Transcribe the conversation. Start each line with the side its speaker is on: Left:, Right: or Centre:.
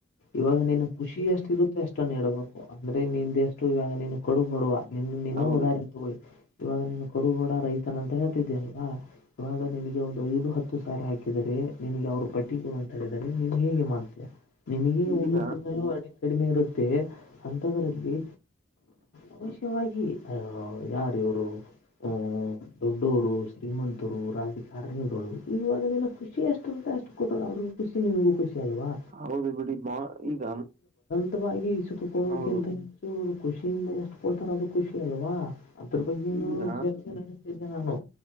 Left: ಇವಾಗ ನೀನು ಖುಷಿ ಎಷ್ಟ ಇರುತ್ತೆ ಅಷ್ಟನ್ ಇಡಬೇಕು ಅಂದ್ರೆ ನಿಂದ ಎಷ್ಟು ಇವಾಗ ನೀನು ಕಡು ಹೊಡುವ ನೀ ನಿನ್ನ
Right: ಹೌದು
Left: ಉದಾರಿ ತಗೊಳ್ಳಿ ಇವಾಗ ನೀನು ಕಡು ಬಡ ರೈತನ ಅಂತ ಹೇಳ್ತಿದ್ದೀ ಅಲ್ವಾ ಇವಾಗ ನಿನಗೆ ಒಂದು ಐದು ಹತ್ತು ಸಾರಿ ಹಾಕಿದರೆ ನಿನಗೆ ಅವರು ಪಟ್ಟಿ ಕೊಡ ಅಂತ ಹೇಳಿದರೆ ನೀನು ಹೇಗೆ ಮಾಡ್ತೀಯ ನಿನಗೆ ಉನ್ನ
Right: ಈಗ
Left: ತಿನಲ್ಲೂ ಕಡಿಮೆ ನೀಡುತ್ತ ಅದ್ರಲ್ಲಿ ಅವಶ್ಯವಾಗಿ ಆ ಯಾರ ಇವರು ಹ ದೊಡ್ಡವರು ಶ್ರೀಮಂತರು ರಾಜಕಾರಣಿಗಳು ಇವಾಗ ನಿನ್ನ ಖುಷಿ ಎಷ್ಟು ಅಷ್ಟು ಕೊರರು ಅವ್ರಗೂ ಖುಮಗೂ ಖಷಿ ಅಲ್ವಾ
Right: ಹೌದು ಬಿಡಿ ಮಾ ಈಗ
Left: ಸವಾಗಿ ಈ ಸುತಕೊಳ್ಳೋಕಿಂತ
Right: ಹೌದು
Left: ಹೆಚ್ಚುರು ಖುಷಿಯಿಂದ ಎಷ್ಟು ಕೊಡ್ತಾರ ಅದು ಖುಷಿ ಅಲ್ವಾ ಅದ್ರ ಬಗ್ಗೆನ
Right: ಈಗ
Left: ಚರ್ಚೆ ನಡೆತಿದ್ದೆ ನಾನು